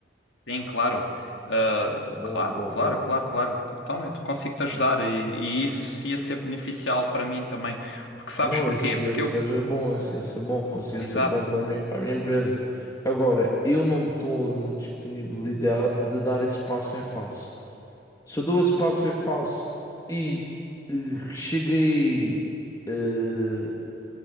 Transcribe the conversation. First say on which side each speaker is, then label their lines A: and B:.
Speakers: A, on the left; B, on the left.
A: têm, claro. ah,
B: Boa,
A: claro,
B: boa,
A: claro,
B: boa.
A: claro, claro. Então, eu consigo te ajudar e, e isso ia ser beneficial para mim também. Porque sabes
B: Não,
A: porquê?
B: isso
A: Porque
B: ia ser
A: eu
B: bom, isso ia ser bom, isso ia
A: Exato.
B: ser bom para mim, para a minha empresa. Agora, eu não estou na disponibilidade de dar esse passo em falso. Se eu dou esse passo em falso e eh, cheguei eh,